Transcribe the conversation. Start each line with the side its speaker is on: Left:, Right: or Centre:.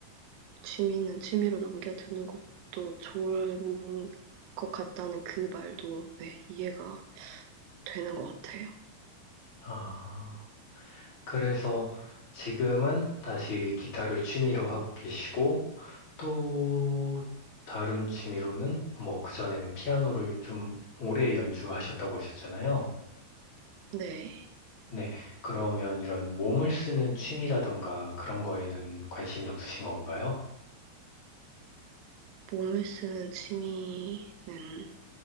Right: 취미는 취미로 넘겨두는 것도 좋은 것 같다는 그 말도, 네, 이해가 되는 것 같아요.
Left: 아. 그래서 지금은 다시 기타를 취미로 하고 계시고, 또 다른 취미로는 뭐 그전에는 피아노를 좀 오래 연주하셨다고 하셨잖아요.
Right: 네,
Left: 네. 그러면 이런 몸을 쓰는 취미라던가 그런 거에는 관심이 없으신 건가요?
Right: 몸을 쓰는 취미는,